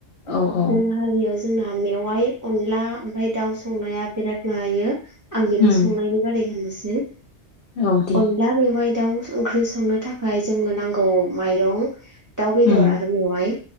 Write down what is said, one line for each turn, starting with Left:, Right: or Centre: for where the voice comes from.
Right: बर'
Left: औ औ
Right: हारिया जोंना मेवाइ अनला ओमफ्राय दाउ संनाया बिराद जायो आं बिनि
Left: उम
Right: संनायनि बारै होननोसै।
Left: औ दे
Right: अनला मेवाइ दाउ ओंख्रि संनो थाखाय जोंनो नांगौ माइरं। दाउ बेदर
Left: उम
Right: आरो मेवाय